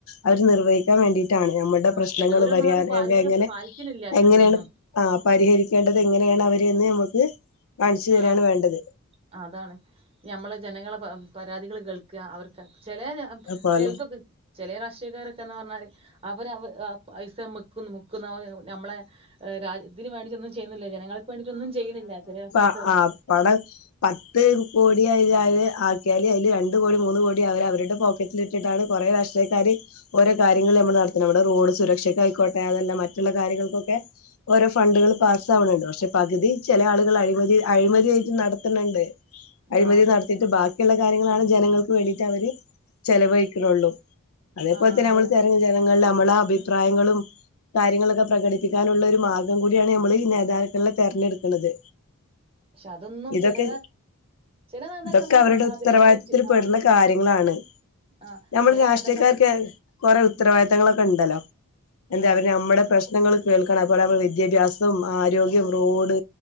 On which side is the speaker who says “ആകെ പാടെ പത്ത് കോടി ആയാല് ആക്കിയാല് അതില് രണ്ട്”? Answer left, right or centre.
Left